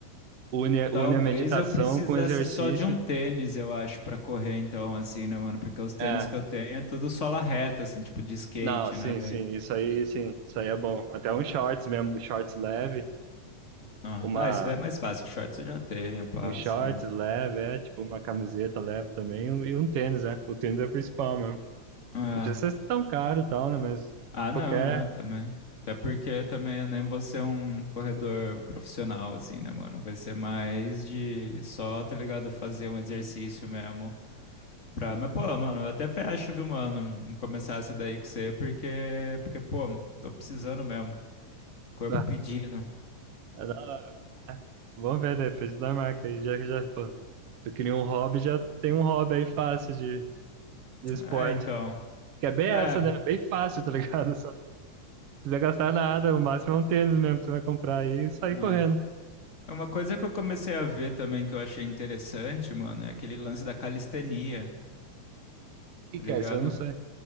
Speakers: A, on the right; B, on the left.
A: une,
B: talvez
A: une a meditação
B: eu precisasse
A: com exercício.
B: só de um tênis, eu acho, pra correr, então, assim, né, mano? Porque os tênis
A: É,
B: que eu tenho é tudo sola reta, assim, tipo de skate,
A: Não, sim,
B: né, velho?
A: sim, isso aí, sim, isso aí é bom. Até um shorts mesmo, shorts leve,
B: Ah,
A: uma,
B: ah, isso daí é mais fácil, shorts eu já tenho, pá,
A: um shorts
B: assim.
A: leve, é, tipo, uma camiseta leve também, um, e um tênis, né? O tênis é o principal mesmo.
B: É.
A: Não precisa ser tão caro e tal, né? Mas
B: Ah, não,
A: qualquer.
B: é, também. Até porque também eu nem vou ser um corredor profissional, assim, né, mano? Vai ser mais de só, tá ligado? Fazer um exercício mesmo. Pra, mas, pô, mano, eu até fecho, viu, mano, em começar essa daí com você, porque, porque, pô, tô precisando mesmo. Corpo
A: Ah,
B: pedindo.
A: é da hora, mano. Vamos ver, né? Frente da marca aí, já já, pô. Se eu queria um hobby, já tem um hobby aí fácil de, de esporte.
B: É, então.
A: Que é bem essa,
B: É,
A: né? Bem fácil, tá ligado? <laughs> Só não precisa gastar nada, o máximo é um tênis mesmo que você vai comprar aí e sair
B: né.
A: correndo. O
B: Uma coisa que eu comecei a ver também que eu achei interessante, mano, é aquele lance da calistenia,
A: que
B: tá
A: que
B: ligado?
A: é isso? Eu não sei.